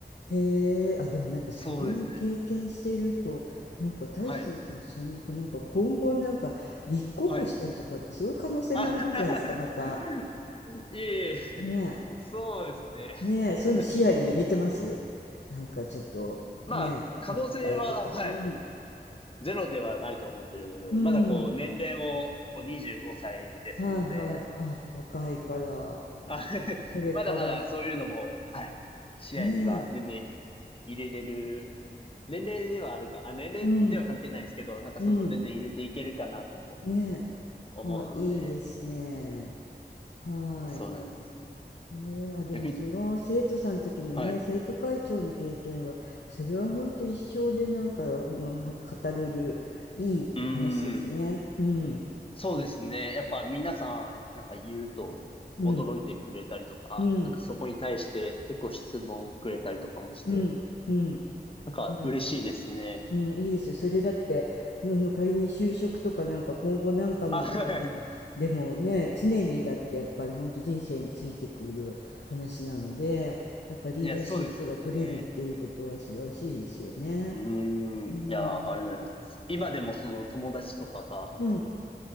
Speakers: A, on the left; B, on the left.
A: へえ、あ、でもなんかそういう経験してると、
B: そうですね。
A: なんか大成さん、
B: はい。
A: その、こうなんか今後なんか立候補したりとかって、
B: はい。
A: そういう可能性もあるんじゃないですか、
B: あ
A: また。
B: <laughs> いえいえ、
A: ねえ。
B: そうですね。
A: ねえ、そういうの視野に入れてます？
B: <laughs>
A: なんかちょっと、
B: まあ、
A: ね、
B: 可能性は、
A: 自治体とか、
B: はい、
A: うん、
B: ゼロではないと思ってるので、
A: うん、
B: まだこう、年齢もこう25歳ですので、
A: はいはい。あ、若いから、
B: あ <laughs>
A: これから、
B: まだまだそういうのも、はい、試合には全然
A: ねえ、
B: 入れれる、年齢ではあるか、あ、年齢では関係ないんですけど、
A: うん、
B: なんかその全然入れていけるかなとも
A: うん、ね
B: 思うので、
A: え、あ、いいですね。はい。
B: そうなんですよ。
A: えーあ、でもその生徒さんの時のね、
B: 逆に、はい。う
A: 生徒会長の経験は、それはほんと一生でなんか、この、は語れるいい話ですね。
B: ーん。
A: うん、
B: そうですね。やっぱ皆さん、なんか言うと驚いてくれたりとか、
A: うん、うん、
B: なんかそこに対して結構質問をくれたりとかもして、
A: うん、うん。
B: なんか嬉しいですね。
A: いやうん、いいですよ。それだって、あの、仮に就職とかなんか今後なんかの時の、
B: あ、はい。
A: でもね、常にだってやっぱり本当人生についてくる話なので、やっぱリーダーシップが取れるっていうことは素晴らしいですよね。
B: いや、そうですよね。うー
A: うん、
B: ん。いや、ありがとうございます。今でもその友達とかが、
A: うん、